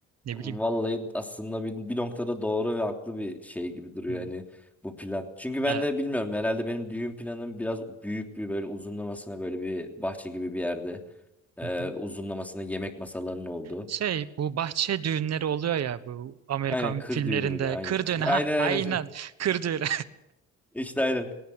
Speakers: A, on the right; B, in the centre.
A: Ne
B: Vallahi
A: bileyim.
B: aslında bir, bir noktada doğru ve haklı bir şey gibi duruyor
A: Hı.
B: hani bu plan. Çünkü ben
A: Ha.
B: de bilmiyorum herhalde benim düğün planım biraz büyük bir böyle uzunlamasına böyle bir bahçe gibi bir yerde e,
A: Hı hı.
B: uzunlamasına yemek masalarının olduğu.
A: Şey bu bahçe düğünleri oluyor ya bu Amerikan
B: Aynen kır
A: filmlerinde
B: düğünü müydü? Aynen.
A: kır düğünü
B: <laughs> Aynen
A: ha aynen
B: aynen.
A: kır düğünü
B: İşte aynen.